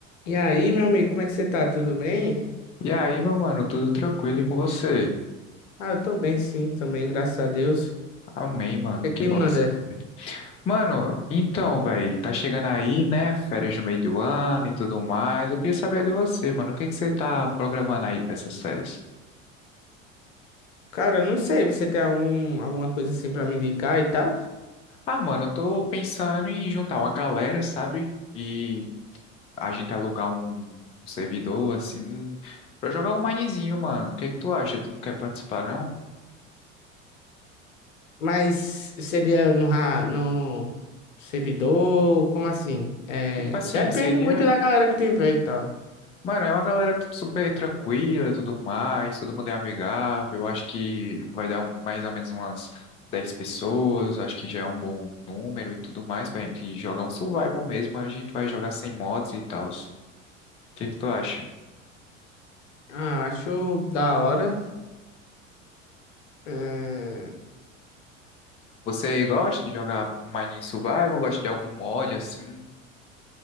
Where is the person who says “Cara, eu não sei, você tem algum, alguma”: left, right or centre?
Left